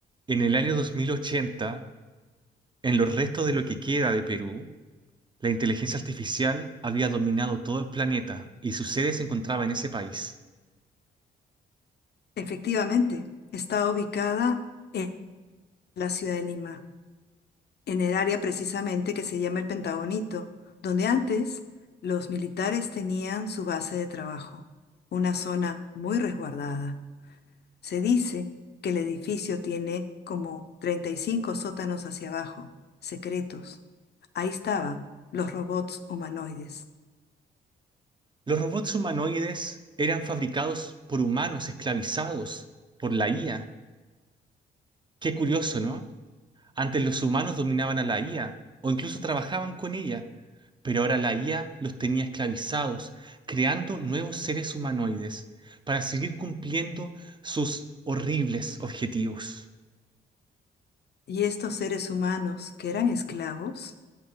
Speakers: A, on the right (about 25°); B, on the left (about 55°).
A: En el año 2080, en los restos de lo que queda de Perú, la inteligencia artificial había dominado todo el planeta y su sede se encontraba en ese país.
B: Efectivamente, está ubicada en la ciudad de Lima, en el área precisamente que se llama el Pentagonito, donde antes los militares tenían su base de trabajo, una zona muy resguardada. Se dice que el edificio tiene como 35 sótanos hacia abajo, secretos. Ahí estaban los robots humanoides.
A: Los robots humanoides eran fabricados por humanos esclavizados por la IA. Qué curioso, ¿no? Antes los humanos dominaban a la IA o incluso trabajaban con ella, pero ahora la IA los tenía esclavizados, creando nuevos seres humanoides para seguir cumpliendo sus horribles objetivos.
B: Y estos seres humanos que eran esclavos